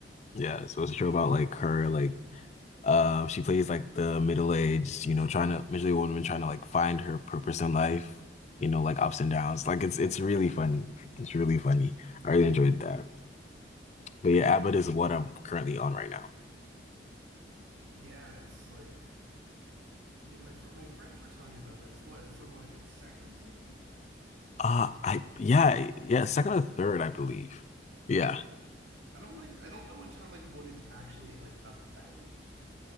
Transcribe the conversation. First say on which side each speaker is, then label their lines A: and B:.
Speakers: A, on the left; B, on the right.
A: Yeah, so it's a show about like her like uh she plays like the middle aged you know trying to middle aged woman trying to like find her purpose in life. You know like ups and downs. Like it's it's really funny. It's really funny. I really enjoyed that. But yeah, Abbott is what I'm currently on right now.
B: yeah. It's like Yeah, my fr- my friends were telling me about that. It's what it's something like its second season.
A: Uh I yeah yeah second or third I believe. Yeah.
B: I don't like I don't know a ton like of what it's actually like about.